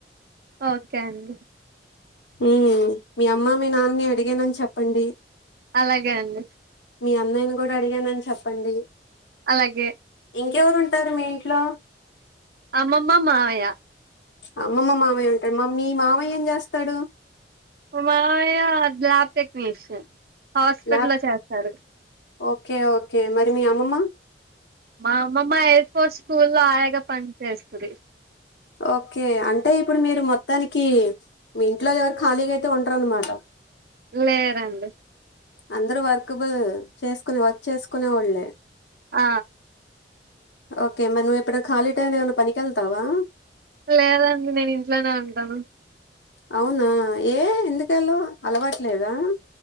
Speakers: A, on the right (about 55°); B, on the left (about 75°).
A: ఓకే అండి
B: ఊమ్ మీ అమ్మ, మీ నాన్ని, అడిగానని చెప్పండి.
A: అలాగే అండి
B: మీ అన్నయని గూడా అడిగానని చెప్పండి.
A: అలాగే
B: ఇంకెవరు ఉంటారు మీ ఇంట్లో
A: అమ్మమ్మ మావయ్య
B: అమ్మమ్మ, మావయ్య ఉంటా. మ మీ మావయ్య ఏం చేస్తాడు.
A: మామయ్య ల్యాబ్ టెక్నీషియన్ హాస్పిటలో
B: ల్యాప్
A: చేస్తారు.
B: ఓకే ఓకే మరి మీ అమ్మమ్మ
A: మా అమ్మమ్మ ఎయిర్ ఫోర్ స్కూల్లో ఆయాగా పని చేేస్తది.
B: ఓకే అంటే ఇప్పుడు మీరు మొత్తానికీ మీ ఇంట్లోల్ ఎవరు ఖాళీగా అయితే ఉంటరన్నమాట.
A: లేరండి
B: అందరూ వర్కబుల్ చేసుకుని వర్క్ చేసుకునే వాళ్ళే
A: ఆ
B: ఓకే మరి నువ్ ఎప్పుడన్ ఖాళీ టైం ఏమన్న పనికి ఎళ్తావా.
A: లేదండి నేను ఇంట్లోనే ఉంటాను
B: అవునా యే ఎందుకెళ్ళవ్ అలవాట్లేదా